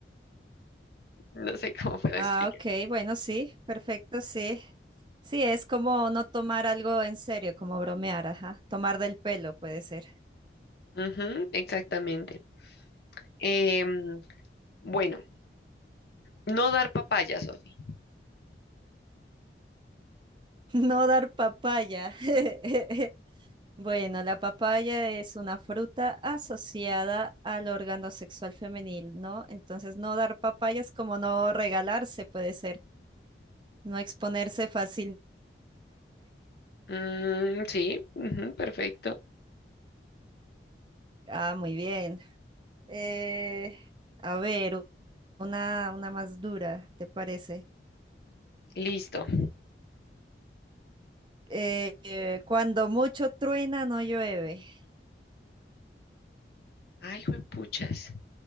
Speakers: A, on the left (about 60°); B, on the right (about 25°).
A: no sé cómo puedo explicar.
B: Ah, ok, bueno, sí, perfecto, sí. Sí, es como no tomar algo en serio, como bromear, ajá. Tomar del pelo puede ser.
A: Ujú, exactamente. Em, bueno, no dar papaya, Sofi.
B: <laughs> No dar papaya. <laughs> Bueno, la papaya es una fruta asociada al órgano sexual femenil, ¿no? Entonces, no dar papayas como no regalarse puede ser, no exponerse fácilmente.
A: Mm, sí, ujú, perfecto.
B: Ah, muy bien. Eh, a ver, u- una, una más dura, ¿te parece?
A: Listo.
B: Eh, eh, cuando mucho truena, no llueve.
A: Ay, juepuchas.